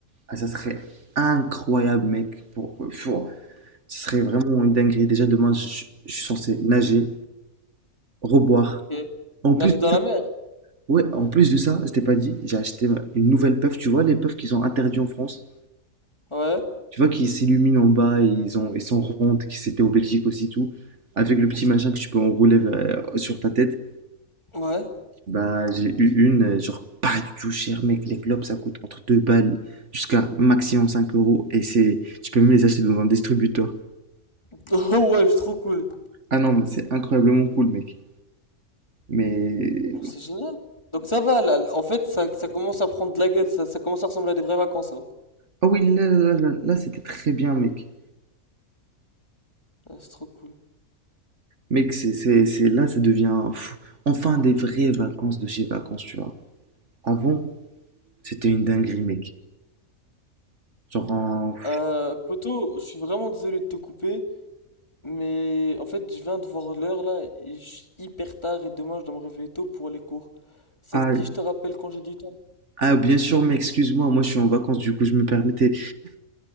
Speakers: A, on the right; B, on the left.
A: Ah, ça serait incroyable, mec. Pour, pour- Ce serait vraiment une dinguerie. Déjà, demain, je, je suis censé nager, reboire.
B: Ok.
A: En
B: Nager
A: plus
B: dans
A: de ça,
B: la mer?
A: ouais, en plus de ça, je t'ai pas dit, j'ai acheté une nouvelle puff. Tu vois, les puffs qu'ils ont interdits en France.
B: Ouais.
A: Tu vois, qui s'illuminent en bas et ils ont, ils sont rondes, qui c'était au Belgique aussi, tout. Avec le petit machin que tu peux enrouler euh, sur ta tête.
B: Ouais.
A: Bah, j'ai eu une, euh, genre pas du tout cher, mec. Les globes, ça coûte entre 2 balles jusqu'à maximum 5 euros. Et c'est, tu peux même les acheter dans un distributeur.
B: <laughs> Oh ouais, c'est trop cool.
A: Ah non, mais c'est incroyablement cool, mec. Mais
B: Oh, C'est génial. Donc ça va là. En fait, ça, ça commence à prendre de la gueule. Ça, ça commence à ressembler à des vraies vacances là.
A: Ah oui, là, là, là, là, c'était très bien, mec.
B: Ah, c'est trop cool.
A: Mec, c'est, c'est, c'est, là, ça devient pff, enfin des vraies vacances de chez vacances, tu vois. Avant, c'était une dinguerie, mec. Genre, en- pff,
B: Euh, poto, je suis vraiment désolé de te couper, mais en fait, je viens de voir l'heure là. Il est hyper tard et demain, je dois me réveiller tôt pour les cours. Ça
A: ah,
B: te dit, je te rappelle quand j'ai du temps?
A: ah, bien sûr, mec, excuse-moi, moi je suis en vacances, du coup, je me permettais.